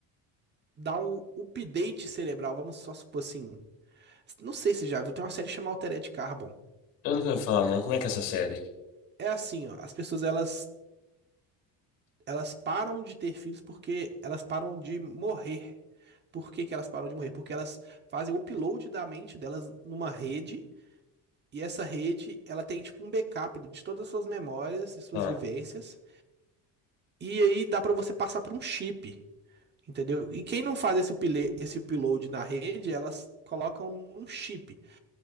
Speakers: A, on the right (about 25°); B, on the left (about 90°).
A: dar um update cerebral, vamos só supor assim, não sei se você já viu, tem uma série chamada Altered Carbon.
B: eu nunca ouvi falar não. Como é que é essa série?
A: É assim, ó, as pessoas elas elas param de ter filhos porque elas param de morrer. Por que que elas param de morrer? Porque elas fazem o upload da mente delas numa rede, e essa rede, ela tem tipo um backup de todas as suas memórias e suas
B: Ah,
A: vivências, e aí dá pra você passar por um chip, entendeu? E quem não faz esse upla- esse upload na rede, elas colocam um chip.